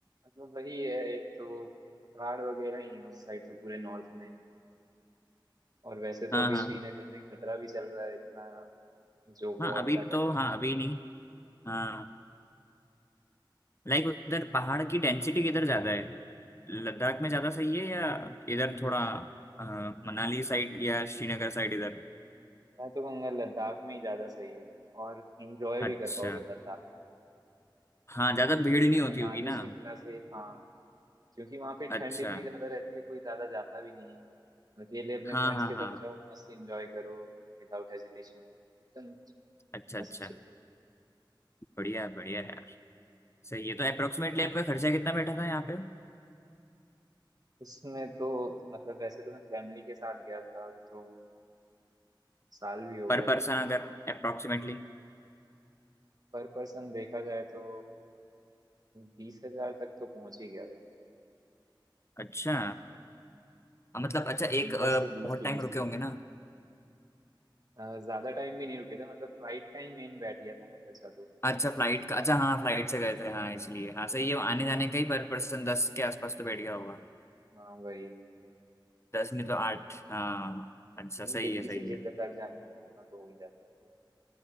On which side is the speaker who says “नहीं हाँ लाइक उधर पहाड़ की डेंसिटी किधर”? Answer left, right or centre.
Left